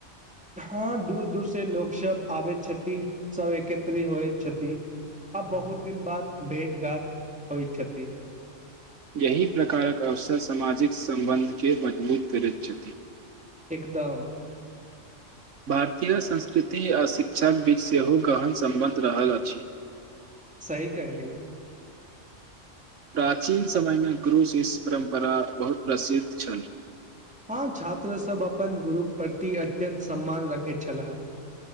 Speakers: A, in the centre; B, on the right.
A: हँ दूर दूर से लोक सब आबैत छथि सभ एकत्रित होइत छथि आ बहुत दिन बाद भेट घाट होइ छथि।
B: एहि प्रकारक अवसर सामाजिक सम्बन्धकेँ मजबूत करैत छथि।
A: इकदम
B: भारतीय संस्कृति आ शिक्षाक बीच सेहो गहन सम्बन्ध रहल अछि।
A: सही कहलिय ओ
B: प्राचीन समयमे ग्रूस इस परम्परा बहुत प्रसिद्ध छल।
A: हँ छात्रसभ अपन गुरुके प्रति अत्यन्त सम्मान रखैत छलहा।